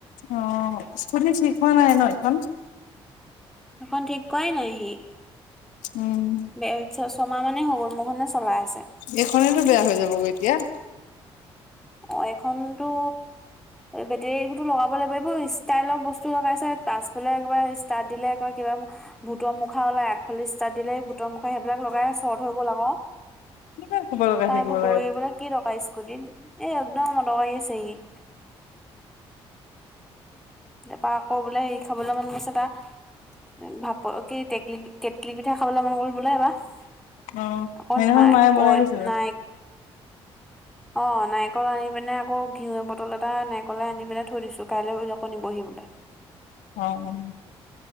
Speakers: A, on the left; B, in the centre.
A: অ' স্কুটি ঠিক হোৱা নাই ন' সেইখন?
B: সেইখন ঠিক কৰাই নাইহি।
A: উম।
B: বে, ছমাহমানেই হৈ গ'ল মোৰখনে চলাই আছে।
A: এইখনেতো বেয়া হৈ যাব গৈ এতিয়া।
B: অ' এইখনটো বেটেৰীবোৰতো লগাব লাগিব, এইবোৰ ষ্টাইলৰ বস্তু লগাইছে পাছফালে একবাৰে ষ্টাট দিলে একাৰে কিবা ভূতৰ মুখা ওলাই, আগফালে ষ্টাত দিলে ভূতৰ মুখা সেইবিলাক লগাই চৰ্ট হৈ গ'ল আকৌ।
A: কেনেকৈ খোপা লগাই
B: তাইবোৰ
A: থাকিব
B: কৰিবলে
A: লাগে
B: কি দৰকাৰ স্কুটিত এ, একদম অদৰকাৰ আছে ই। এটাৰ আকৌ বোলে হেৰি খাবলৈ মন গৈছে তাৰ ভাপৰ কি টেকলি কেটলি পিঠা খাবলৈ মন গ'ল বোলে এইবাৰ
A: অ
B: আকৌ
A: সেইদিনাখন
B: নাই
A: মায়ে বনাই
B: পই
A: দিছে
B: নাই <inaudible> অ' নাৰিকল আনি পিনে আকৌ ঘিউৰ বটল এটা নাৰিকলে আনি পিনে থৈ দিছোঁ কাইলৈ <unintelligible> আপুনি বহিবলৈ।
A: অ'।